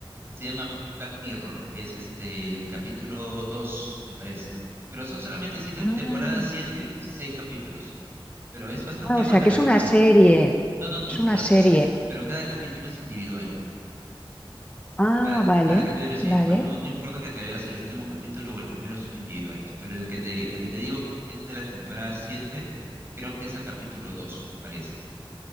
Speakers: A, on the right; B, on the left.
A: Se llama Black Mirror, es este el capítulo 2 me parece. Pero son solamente seis, cap-
B: Ah,
A: temporada 7, 6 capítulos. Pero es bastante
B: ah,
A: bueno,
B: o sea, que
A: la
B: es
A: verdad.
B: una serie,
A: No, no, no,
B: es
A: pero,
B: una serie.
A: es- pero cada capítulo es individual.
B: Ah,
A: Cada,
B: vale,
A: cada capítulo es individual.
B: vale.
A: No, no importa que te veas el último capítulo o el primero, son individuales. Pero el que te, el que te digo es de la temporada siete creo que es el capítulo 2 me parece.